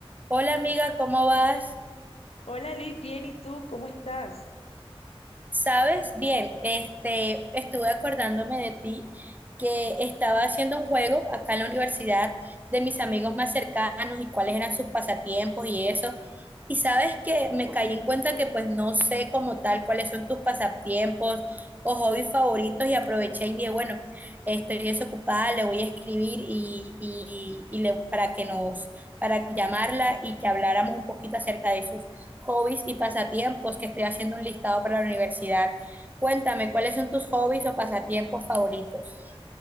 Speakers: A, on the right; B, on the left.
A: Hola amiga, ¿cómo vas?
B: Hola Liz, bien, ¿y tú cómo estás?
A: ¿Sabes? Bien, este, estuve acordándome de ti que estaba haciendo un juego acá en la universidad de mis amigos más cercanos y cuáles eran sus pasatiempos y eso. Y sabes que me caí en cuenta que pues no sé como tal cuáles son tus pasatiempos o hobbies favoritos y aproveché y dije, bueno, estoy desocupada, le voy a escribir y, y, y le, para que nos, para llamarla y que habláramos un poquito acerca de sus hobbies y pasatiempos que estoy haciendo un listado para la universidad. Cuéntame, ¿cuáles son tus hobbies o pasatiempos favoritos?